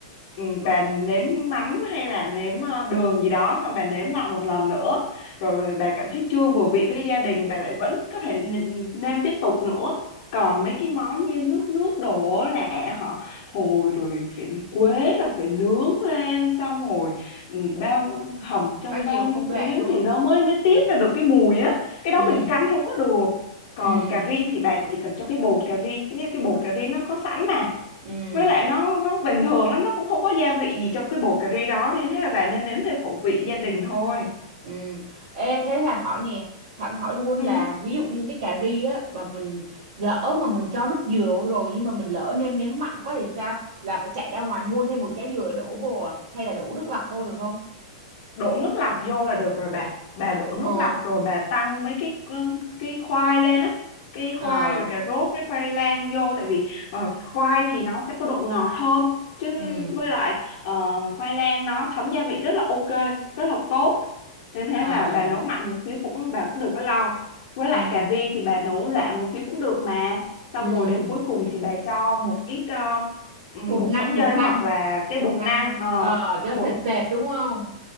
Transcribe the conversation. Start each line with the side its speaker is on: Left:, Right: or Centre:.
Left: ừ, bà nếm mắm hay là nếm ờ, đường gì đó xong bà nếm lại một lần nữa rồi bà cảm thấy chưa vừa vị với gia đình bà lại vẫn có thể n- nêm tiếp tục nữa còn mấy cái món như nước nước đổ là họ hồi rồi phải quế là phải nướng lên xong rồi ừ, bao hầm trong
Right: bao nhiêu
Left: bao nhiêu
Right: công đoạn
Left: tiếng
Right: đúng không
Left: thì nó mới mới
Right: ừ.
Left: tiết ra được cái mùi á cái đó
Right: ừ
Left: mình căn không có được còn
Right: ừ
Left: cà ri thì bà chỉ cần cho cái bột cà ri như cái bột cà ri nó có sẵn mà
Right: ừ
Left: với lại nó nó bình thường lắm nó cũng không có gia vị gì trong cái bột cà ri đó nên thế là bà nêm nếm theo khẩu vị gia đình thôi
Right: ừ ê thế là hỏi nè sẵn hỏi luôn
Left: ừ.
Right: là ví dụ như cái cà ri á mà mình lỡ mà mình cho nước dừa vô rồi nhưng mà mình lỡ nêm nếm mặn quá thì sao là phải chạy ra ngoài mua thêm một trái dừa đổ vô à? hay là đổ nước lọc vô được không
Left: đổ nước lọc vô là được rồi bà bà đổ nước
Right: ờ
Left: lọc rồi bà tăng mấy cái cái khoai lên á cái khoai
Right: ờ
Left: rồi cà rốt với khoai lang vô tại vì ờ, khoai thì nó sẽ có độ ngọt hơn chứ
Right: ừ
Left: với lại ờ, khoai lang nó thấm gia vị rất là ok rất là tốt nên thế
Right: à
Left: là bà nấu mặn một xíu cũng bà cũng đừng có lo với lại
Right: ừ
Left: cà ri thì bà nấu loãng một xíu cũng được mà
Right: ừ
Left: xong rồi đến cuối cùng thì bà cho một ít ờ, ừm,
Right: bột
Left: bột
Right: năng
Left: sắn dây
Right: bột năng
Left: hoặc là cái
Right: bột
Left: bột
Right: năng
Left: năng
Right: luôn
Left: ờ,
Right: ờ cho
Left: bột
Right: sệt sệt đúng không